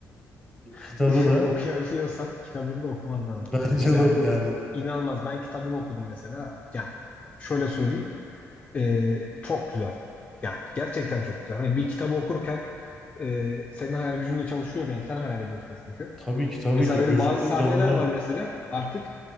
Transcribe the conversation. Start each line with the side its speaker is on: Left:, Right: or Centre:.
Left: <laughs>
Centre: Kitabı da
Left: okuyabiliyorsan kitabını da okuman
Centre: <laughs>
Left: lazım.
Centre: bence
Left: Yani
Centre: de yani
Left: inanılmaz. Ben kitabını okudum mesela. Yani şöyle söyleyeyim. Ee, çok güzel. Yani gerçekten çok güzel. Hani bir kitabı okurken e, senin hayal gücünde çalışıyor bir an. Sen hayal ediyorsun çünkü.
Centre: tabii ki tabii
Left: Mesela
Centre: ki
Left: benim
Centre: gözünde
Left: bazı sahneler
Centre: canlanıyor
Left: var mesela. Artık